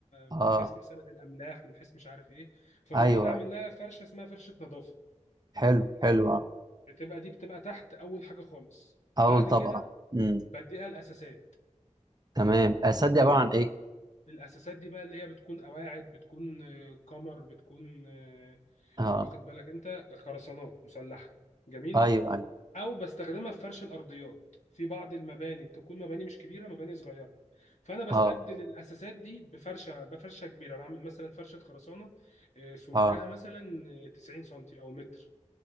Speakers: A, on the right; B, on the left.
A: اه
B: من حيث مثلا الاملاح من حيث مش عارف ايه فبقوم
A: ايوه
B: انا اعمل
A: ايوه
B: لها فرشه اسمها فرشه نظافه
A: حلو حلو اه
B: بتبقى دي بتبقى تحت اول حاجه خالص
A: اول
B: بعد
A: طبقه
B: كده
A: امم
B: بديها الاساسات
A: تمام السد دي
B: جميل
A: عباره عن ايه
B: الاساسات دي بقى اللي هي بتكون قواعد بتكون آه، كمر بتكون آه،
A: اه
B: واخد بالك انت خرسانات مسلحه جميل
A: ايوه ايوه
B: او بستخدمها في فرش الارضيات في بعض المباني بتكون مباني مش كبيره مباني صغيره فانا بستبدل
A: اه
B: الاساسات دي بفرشه بفرشه كبيره بعمل مثلا فرشه خرسانه آه، سمكها
A: اه
B: مثلا آه، 90 سنتي او متر